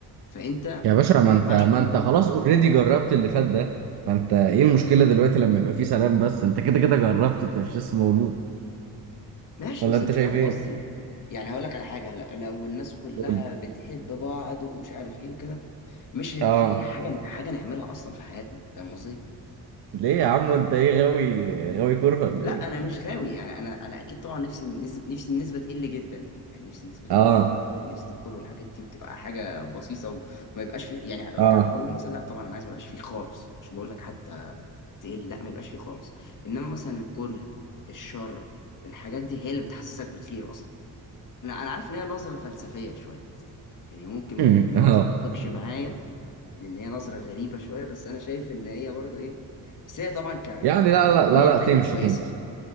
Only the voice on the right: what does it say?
يا باشا
ما انت
ما
انت
خلاص اوريدي جربت اللي فات ده فانت ايه المشكله دلوقتي لما يبقى فيه سلام بس انت كده كده جربت انت مش لسه مولود
ولا
انت
شايف
ايه
قول لي
اه
ليه يا عم انت ايه غاوي غاوي كوره ولا
ايه
اه
اه
<laughs> أمم،
اه
يعني
لا
لا لا لا
تمشي
تمشي